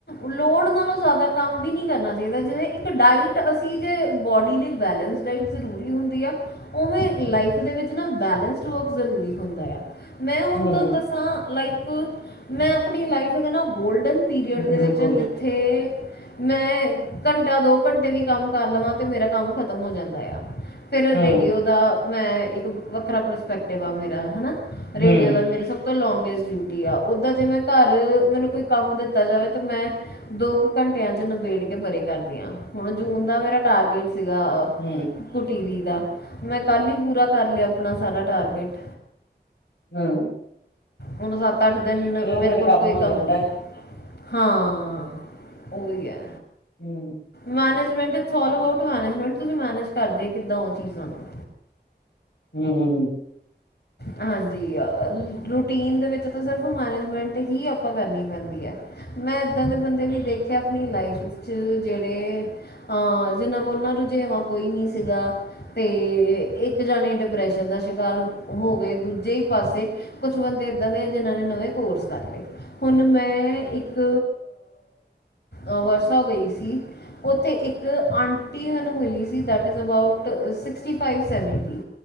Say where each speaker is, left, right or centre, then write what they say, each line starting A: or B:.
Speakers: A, on the left; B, on the left.
A: ਲੋੜ ਨਾਲੋਂ ਜ਼ਿਆਦਾ ਕੰਮ ਵੀ ਨਹੀਂ ਕਰਨਾ ਚਾਹੀਦਾ, ਜਿਵੇਂ ਇੱਕ ਡਾਇਟ ਅਸੀਂ ਜੇ ਬੋਡੀ ਲਈ ਬੈਲੇਂਸ ਡਾਈਟ ਜ਼ਰੂਰੀ ਹੁੰਦੀ ਆ, ਉਵੇਂ ਲਾਈਫ ਦੇ ਵਿੱਚ ਨਾ ਬੈਲੈਂਸਡ ਵਰਕ ਬਹੁਤ ਜ਼ਰੂਰੀ ਹੁੰਦਾ ਆ, ਮੈਂ ਹੁਣ
B: ਹਮ
A: ਤੁਹਾਨੂੰ ਦੱਸਾਂ ਲਾਈਕ, ਮੈਂ ਆਪਣੀ ਲਾਈਫ ਦੇ ਨਾ ਗੋਲਡਨ ਪੀਰੀਅਡ
B: ਬਿਲਕੁਲ
A: ਦੇ ਵਿੱਚ ਜਿੱਥੇ ਮੈਂ ਘੰਟਾ -ਦੋ ਘੰਟੇ ਵੀ ਕੰਮ ਕਰ ਲਵਾਂ, ਤੇ ਮੇਰਾ ਕੰਮ ਖਤਮ ਹੋ ਜਾਂਦਾ ਆ ਫਿਰ
B: ਹਮ
A: ਰੇਡੀਓ ਦਾ ਮੈਂ ਇੱਕ ਵੱਖਰਾ ਪ੍ਰਸਪੈਕਟਿਵ ਆ ਮੇਰਾ, ਹੈ ਨਾ ਰੇਡੀਓ
B: ਹਮ
A: ਦਾ ਮੇਰੇ ਸਭ ਤੋਂ ਲੌਂਗੈਸਟ ਡਿਊਟੀ ਆ, ਉੱਦਾਂ ਜੇ ਮੈਂ ਘਰ ਮੈਨੂੰ ਕੋਈ ਕੰਮ ਦਿੱਤਾ ਜਾਵੇ ਤਾਂ ਮੈਂ ਦੋ ਕੁ ਘੰਟਿਆਂ 'ਚ ਨਿਬੇੜ ਕੇ ਪਰੇ ਕਰਦੀ ਆਂ, ਹੁਣ ਜੂਨ ਦਾ ਮੇਰਾ ਟਾਰਗੇਟ ਸੀਗਾ-
B: ਹੂ -
A: ਔ ਟੀ ਵੀ ਦਾ, ਮੈ ਕਲ ਹੀ ਪੂਰਾ ਕਰ ਲਿਆ ਆਪਣਾ ਸਾਰਾ ਟਾਰਗੇਟ-
B: ਹੂ -
A: ਹੁਣ ਸੱਤ ਅੱਠ ਦਿਨ ਮੇਰੇ
B: ਫੇਰ
A: ਕੋਲ
B: ਕੰਮ
A: ਕੋਈ
B: ਹੋ
A: ਕਮ
B: ਜਾਂਦਾ
A: ਨਹੀ- ਹਾਂ ਉਹ ਵੀ ਹੈ।
B: ਹੂ
A: ਮੈਨੇਜਮੈਂਟ ਸੋਲਵ ਆਊਟ ਮੈਨੇਜਮੈਂਟ, ਤੁਸੀ ਮੈਨੇਜ ਕਰਦੇ ਕਿਦਾਂ ਉਹ ਚੀਜਾ ਨੂੰ-
B: ਹੂ ਹੂ
A: ਹਾਂਜੀ ਰੂਟੀਨ ਦੇ ਵਿਚ ਤਾਂ ਸਿਰਫ ਮੈਨੇਜਮੈਂਟ ਹੀ ਆਪਾ ਕਰਨੀ ਪੈਦੀ ਹੈ। ਮੈ ਇਦਾਂ ਦੇ ਬੰਦੇ ਵੀ ਦੇਖੇ ਆਪਣੀ ਲਾਈਫ 'ਚ, ਜਿਹੜੇ- ਹਾਂ ਜਿਨਾ ਕੋਲ ਨਾ ਰੱਜੇਵਾਂ ਕੋਈ ਨੀ ਸੀਗਾ- ਤੇ ਇਕ ਜਾਣੇ ਡਿਪਰੈਸ਼ਨ ਦਾ ਸ਼ਿਕਾਰ- ਹੋ ਗਏ, ਦੂਜੇ ਹੀ ਪਾਸੇ ਕੁਛ ਬੰਦੇ ਏਦਾ ਦੇ ਜਿਨਾ ਨੇ ਨਵੇ ਕੋਰਸ ਕਰ ਲਏ- ਹੁਣ ਮੈ ਇਕ ਆਵਰਸਾ ਗਈ ਸੀ- ਉਥੇ ਇਕ ਆਂਟੀ ਸਾਨੂੰ ਮਿਲੀ ਸੀ, they that is about sixty five seventy-